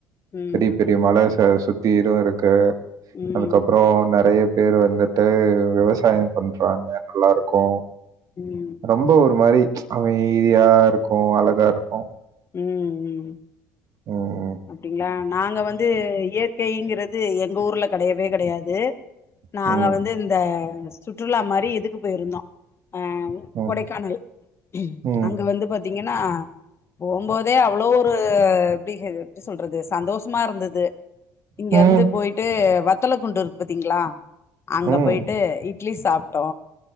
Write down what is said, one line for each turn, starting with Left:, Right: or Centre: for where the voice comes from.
Left: ம்
Right: பெரி பெரிய மல ஆ சுத்தி ஈரோ இருக்கு
Left: ம்
Right: அதுக்கப்புறோ நெறைய பேர் வந்துட்டு விவ சாயம் பண்றாங்க நல்லாருக்கு க்கோ
Left: ம்
Right: ரொம்ப ஒரு மாரி அமைதியா இருக்கு அழகா இருக்கு
Left: ம் ம்
Right: ம்,
Left: அப்டிங்களா நாங்க வந்து இயற்கைங்கிறது எங்க ஊர்ல கெடையவே கெடையாது நாங்க
Right: ம்,
Left: வந்து இந்த சுற்றுலா மாரி இதுக்கு போயிருந்தோ ஆ
Right: ம்,
Left: கொடைக்கானல்
Right: ம்,
Left: அங்க வந்து பாத்தீங்கன்னா போம்போதே அவ்ளோ ஒரு எப்டிங்கிறது எப்டி சொல்றது சந்தோஷமா இருந்தது இங்கிருந்து
Right: ம்,
Left: போயிட்டு வத் வெத்தல குண்டு இருக்கு பாத்தீங்களா அங்க
Right: ம்,
Left: போயிட்டு இ இட்லி சாப்ட்டோ